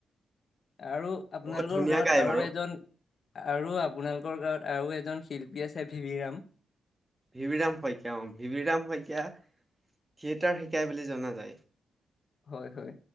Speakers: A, on the left (about 55°); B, on the right (about 20°).
A: আৰু, আপোনালোকৰ
B: বহুত ধুনীয়া
A: গাৱঁত
B: গাই
A: আৰু
B: বাৰু
A: এজন- আৰু, আপোনালোকৰ গাঁৱত আৰু এজন শিল্পী আছে, ভি ভি ৰাম।
B: ভিভিৰাম শইকীয়া, অ, ভিভিৰাম শইকীয়া, থিয়েটাৰ শিকাই বুলি জনা যায়।
A: হয় হয়।